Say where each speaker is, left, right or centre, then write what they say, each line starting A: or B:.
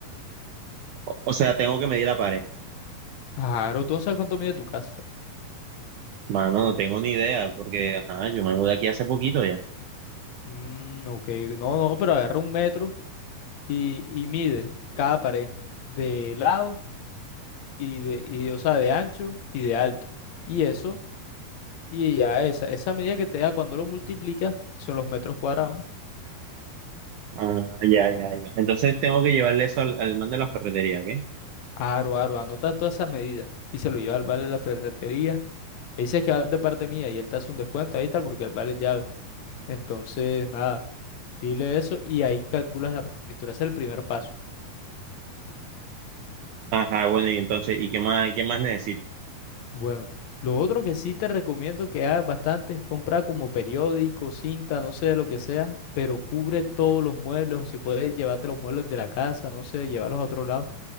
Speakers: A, on the right; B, on the left.
A: O, o sea, tengo que medir la pared.
B: Claro, tú no sabes cuánto mide tu casa.
A: Mano, no tengo ni idea, porque ajá, yo me mudé aquí hace poquito ya.
B: Mm, ok, no, no, pero agarra un metro y, y mide cada pared de lado y de, y, o sea, de ancho y de alto. Y eso, y ya esa, esa medida que te da cuando lo multiplicas son los metros cuadrados.
A: Ah, ya, ya, ya. Entonces tengo que llevarle eso al, al man de la ferretería, ¿qué?
B: Aro, aro, anota todas esas medidas y se lo lleva al vale de la ferretería Le dices que vas de parte mía y él te hace un descuento ahí y tal porque él vale llave. Entonces, nada, dile eso y ahí calculas la pintura. Ese es el primer paso.
A: Ajá, bueno, y entonces, ¿y qué más, qué más necesito?
B: Bueno, lo otro que sí te recomiendo que hagas bastante es comprar como periódico, cinta, no sé, lo que sea, pero cubre todos los muebles o si puedes llevarte los muebles de la casa, no sé, llevarlos a otro lado.